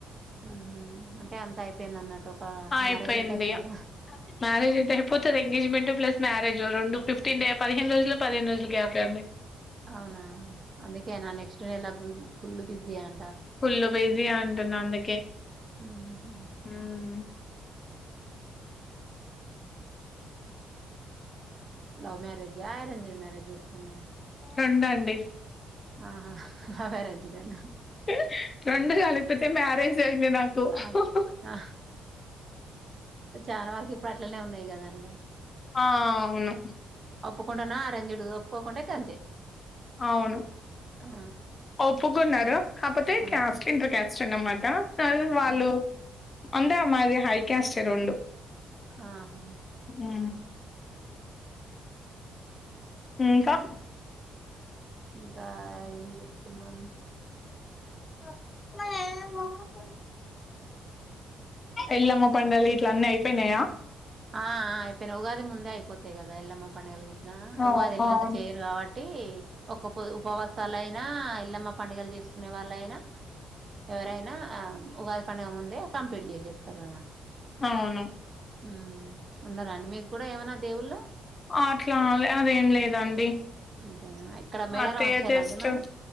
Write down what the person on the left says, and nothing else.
అయిపోయింది.
మ్యారేజ్ అయితే అయిపోతది ఎంగేజ్మెంట్ ప్లస్ మ్యారజ్ రెండు ఫిఫ్టీనే పదిహేను రోజు, పదిహేను రోజులు గ్యాప్ అ ఉంది.
ఫుల్ల్లో బిజి అంటున్నా అందుకే
అందర్
రెండండి
హు రెండు కలిపితే మ్యారేజ్ అయింది నాకు హా
హ
ఆ అవును
అవును
ఒప్పుకున్నారా కపోతే
క్యాస్ట్ ఇంటర్ క్యాస్ట్. చిన్నమాట వాళ్ళు
అంతే అమ్మాయిది హై క్యాస్ట్ రెండు
ఆ ఇంకా
<unintelligible> ఎల్లమ్మ పండల్ ఇట్ల అన్నీ అయిపోయినాయా
ఆ
అవును
అవును
అట్లా అ అదేం లేదండి
అత్తయ్య
జస్ట్